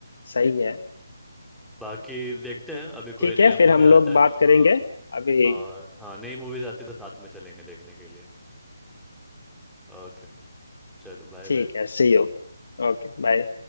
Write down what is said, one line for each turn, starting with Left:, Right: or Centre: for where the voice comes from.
Left: सही है
Centre: बाकी देखते हैं अभी कोई
Left: ठीक
Centre: नया
Left: है
Centre: मूवी
Left: फिर हम लोग
Centre: आता है
Left: बात
Centre: ना हाँ
Left: करेंगे अभी
Centre: और हाँ नई मूवीज आती है तो साथ में चलेंगे देखने के लिए ओके चलो बाय
Left: ठीक
Centre: बाय
Left: है सी यू Okay bye